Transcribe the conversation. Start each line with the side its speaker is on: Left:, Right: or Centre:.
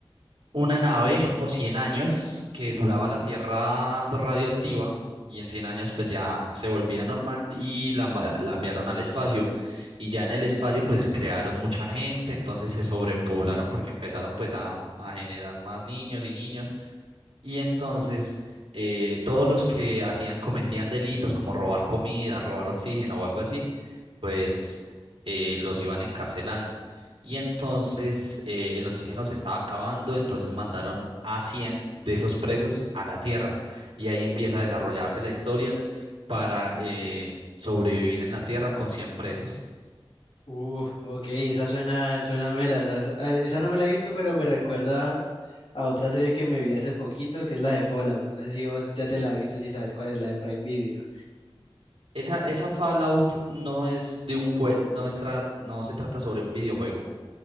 Right: una nave por 100 años que duraba la Tierra pues radioactiva y en 100 años pues ya se volvía normal y la, ma- la enviaron al espacio y ya en el espacio pues crearon mucha gente, entonces se sobrepoblaron porque empezaron pues a, a generar más niños y niños y entonces eh, todos los que hacían cometían delitos como robar comida, robar oxígeno o algo así pues eh, los iban encarcelando. Y entonces eh, el oxígeno se estaba acabando, entonces mandaron a 100 de esos presos a la Tierra. Y ahí empieza a desarrollarse la historia para eh, sobrevivir en la Tierra con 100 presos.
Left: Uf, ok, esa suena, suena mela. Esa, esa- ah, esa no me la he visto, pero me recuerda a otra serie que me vi hace poquito, que es la de Fallout. No sé si vos ya te la viste, si sabes cuál es la de Prime Video.
Right: Esa, esa Fallout no es de un jue- no, es tra- no se trata sobre un videojuego.